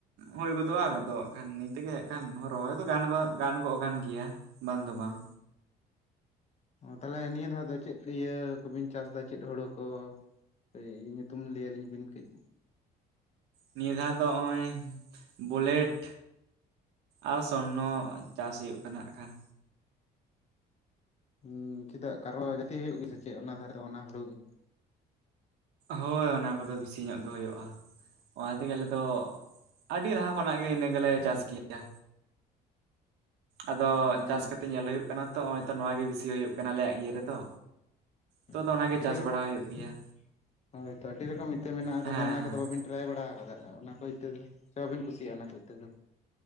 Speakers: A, on the right; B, on the left.
A: ᱦᱩᱭ ᱜᱚᱫᱚᱜᱼᱟ ᱟᱫᱚ ᱦᱟᱸᱜ ᱠᱷᱟᱱ ᱱᱤᱭᱟᱹ ᱛᱮᱜᱮ ᱦᱟᱸᱜ ᱠᱷᱟᱱ ᱨᱚᱦᱚᱭ ᱫᱚ ᱜᱟᱱ ᱜᱚᱫ ᱜᱟᱱ ᱜᱚᱫ ᱠᱟᱱ ᱜᱮᱭᱟ᱾ ᱵᱟᱝ ᱫᱚ ᱵᱟᱝ᱾
B: ᱚ ᱛᱟᱞᱦᱮ ᱤᱭᱟᱹ ᱫᱷᱟᱣ ᱫᱚ ᱪᱮᱫ ᱤᱭᱟᱹ ᱠᱚᱵᱤᱱ ᱪᱟᱥᱫᱟ ᱪᱮᱫ ᱦᱩᱲᱩ ᱠᱚ? ᱥᱮ ᱤᱭᱟᱹ ᱧᱩᱛᱩᱢ ᱞᱟᱹᱭᱟ ᱟᱞᱤᱧ ᱵᱤᱱ ᱠᱟᱹᱡ᱾
A: ᱱᱤᱭᱟᱹ ᱫᱷᱟᱣ ᱫᱚ ᱦᱚᱸᱜᱼᱚᱭ ᱵᱩᱞᱮᱴ, ᱟᱨ ᱥᱚᱨᱱᱚ ᱪᱟᱥ ᱦᱩᱭᱩᱜ ᱠᱟᱱᱟ ᱦᱟᱸᱜ ᱠᱷᱟᱱ᱾
B: ᱦᱩᱸ ᱪᱮᱫᱟᱜ <inaudible> ᱥᱮ ᱪᱮᱜ ᱚᱱᱟ ᱫᱷᱟᱨᱮ ᱫᱮ ᱚᱱᱟ ᱦᱩᱲᱩ ᱜᱮ?
A: ᱦᱳᱭ ᱚᱱᱟ ᱠᱚᱫᱚ ᱵᱤᱥᱤ ᱧᱚᱜ ᱜᱮ ᱦᱩᱭᱩᱜ-ᱟ᱾ ᱚᱱᱟ ᱛᱮᱜᱮ ᱟᱞᱮ ᱫᱚ ᱟᱰᱤ ᱞᱟᱦᱟ ᱠᱷᱚᱱᱟᱜ ᱜᱮ ᱤᱱᱟᱹ ᱜᱮᱞᱮ ᱪᱟᱥ ᱜᱤᱭᱟ᱾ ᱟᱫᱚ
B: ᱢᱟᱱᱮ
A: ᱪᱟᱥ ᱠᱟᱛᱮ ᱧᱮᱞ ᱦᱩᱭᱩᱜ ᱠᱟᱱᱟ ᱛᱚ ᱦᱚᱸᱜ-ᱚᱭ ᱛᱚ ᱱᱚᱣᱟ ᱜᱮ ᱵᱤᱥᱤ ᱦᱩᱭᱩᱜ ᱠᱟᱱᱟ ᱟᱞᱮᱭᱟᱜ ᱤᱭᱟᱹ ᱨᱮᱫᱚ᱾
B: ᱦᱩᱸ
A: ᱛᱚ ᱟᱫᱚ ᱚᱱᱟᱜᱮ ᱪᱟᱥ
B: ᱟᱰᱤ <inaudible>
A: ᱵᱟᱲᱟ ᱦᱩᱭᱩᱜ ᱜᱮᱭᱟ
B: ᱦᱳᱭ ᱛᱚ ᱟᱹᱰᱤ ᱨᱚᱠᱚᱢ ᱤᱛᱟᱹ ᱢᱮᱱᱟᱜ-ᱟ
A: ᱦᱮᱸ
B: ᱛᱟᱞᱦᱮ ᱚᱱᱟ
A: ᱦᱮᱸ
B: ᱠᱚᱫᱚ ᱵᱟᱵᱤᱱ ᱴᱨᱟᱭ ᱵᱟᱲᱟ ᱟᱠᱟᱫᱟ ᱚᱱᱟ ᱠᱚ ᱤᱛᱟᱹ ᱫᱚ, ᱥᱮ ᱵᱟᱵᱤᱱ ᱠᱩᱥᱤᱭᱟᱜ-ᱟ ᱚᱱᱟ ᱤᱛᱟᱹ ᱫᱚ?